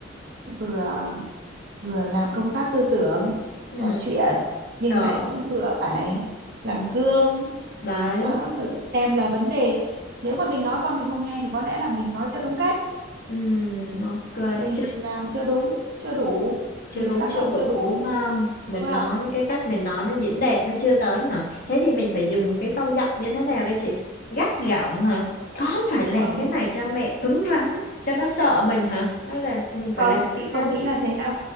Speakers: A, on the right; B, on the left.
A: vừa vừa làm công tác tư tưởng
B: ừ
A: trò chuyện nhưng
B: đó
A: lại cũng vừa phải làm gương
B: đấy
A: đó rồi cũng xem là vấn đề nếu mà mình nói con mình không nghe thì có lẽ là mình nói chưa đúng cách
B: ừ ok
A: mình
B: chưa,
A: làm chưa đúng chưa đủ
B: chưa
A: mình
B: đúng
A: tác
B: chưa
A: động
B: đủ
A: chưa đủ
B: đúng không mình
A: đúng không
B: nói cái cách mình nói nó diễn đạt nó chưa tới hả thế thì mình phải dùng cái tông giọng như thế nào đây chị gắt gỏng hả con phải làm
A: không
B: cái này cho mẹ cứng rắn cho nó sợ mình hả hay là mình
A: không
B: phải làm
A: chị
B: sao
A: không nghĩ là thế đâu